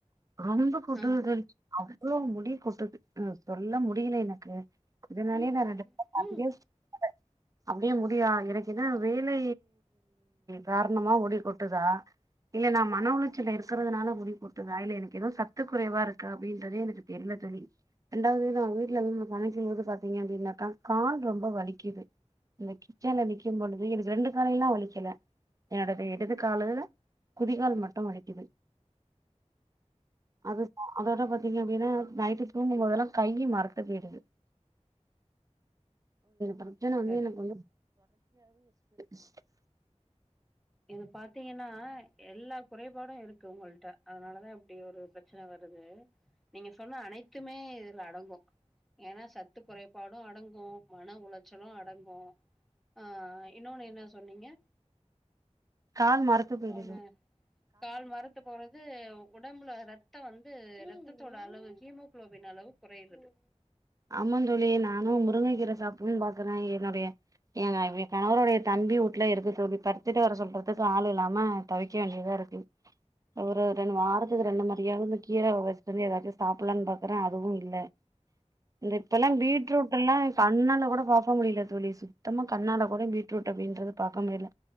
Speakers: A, on the right (about 30°); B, in the centre.
A: ரொம்ப <unintelligible>
B: ஆ
A: அது அவ்ளோ முடி கொட்டுது ஆ சொல்ல முடியல எனக்கு அதனாலே
B: ம்
A: நா <unintelligible> அப்டியே முடியா இறக்கிது வேலை காரணமா முடி கொட்டுதா இல்ல நான் மன உளிச்சல இருக்கறிறதுனால முடி கொட்டுதா இல்ல எனக்கு ஏதோ சத்து குறைவா இருக்கு அப்டின்றதே எனக்கு தெரியல தோழி ரெண்டாவது நான் வீட்டுல இருந்து கணக்கு வந்து பாார்த்தீங்க அப்டின்னாக்கா கால் ரொம்ப வலி க்கிது இந்த கிச்சன்ல நிக்கும் பொழுது எனக்கு ரெண்டு காலெல்லாம் வலிக்கல என்னோடது இடது காலு குதிகால் மட்டும் வலிக்குது அது அதோட பத்த இதைவிட நைட்டு தூங்கும் போதெல்லாம் கையில் மறத்து போகுது பிரஜனை வந்து
B: சரி
A: எனக்கு <inaudible> <unintelligible>
B: இது பாத்தீங்கன்னா எல்லா குறைபாடும் இருக்கு உங்கள்ட அதனாலதான் இப்டி ஒரு பிரச்சனை வருது நீங்க சொன்ன அனைத்துமே இதுல அடங்கும் ஏன்னா சத்து குறைபாடும் அடங்கும் மன உளைச்சலும் அடங்கும் ஆஹ் இன்னொன்னு என்ன சொன்னீங்க
A: கால் மரத்து போயிடுது
B: நொண்ணு கால் மரத்து போறது உடம்புல ரத் ரத்தம் வந்து ரத்தத்தோட அளவு ஹீமோகுளோபின் அளவு கொறைறது
A: ஆமா தோழி நானும் முருங்கை கீரை சாப்பிடணன்னு பாக்குறேன் என்னுடைய என் கணவருடைய தம்பி வீட்ல இருக்கு த சொல்லி பருத்திட்டு வர சொல்றதுக்கு ஆள இல்லாம துவக்க வேண்டியதா இருக்கு ஒரு ரெண்டு வாரத்துக்கு ரெண்டு மாரியாவது இந்த கீரை வச்சுட்டு வந்து எதாச்சும் சாப்பிடலாம்னு பாக்குறேன் அதுவும் இல்ல இந்த இப்பெல்லாம்
B: ம்
A: பீட்ரூட் எல்லாம் கண்ணால கூட பாக்க முடியல தோழிஸ் சுத்தமா கண்ணால கூட பீட்ரூட் அப்படின்றது பாக்க முடியல